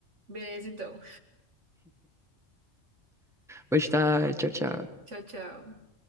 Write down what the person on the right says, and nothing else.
Beleza, então.
<laughs> Tchau, tchau.